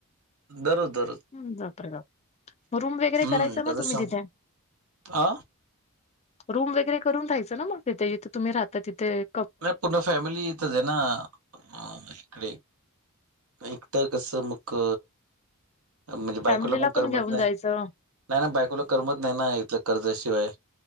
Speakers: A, on the right; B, on the left.
A: दररोज दररोज.
B: हम्म, रूम वगैरे
A: हम्म
B: करायच
A: दररोज
B: तुम्ही
A: शं
B: तिथे.
A: अ
B: रूम वगैरे करून राहायचं ना मग तिथेथे तुम्ही राहता तिथेथे.
A: नाही पूर्ण फॅमिली इथंच आहे ना ह इकडे एकटं कस मग म्हणजे बायकोला
B: फॅमिलीला
A: पण करमत
B: घेऊन
A: नाही.
B: जायचं.
A: नाही ना बायकोला करमत नाही ना इथलं कर्जाशिवाय.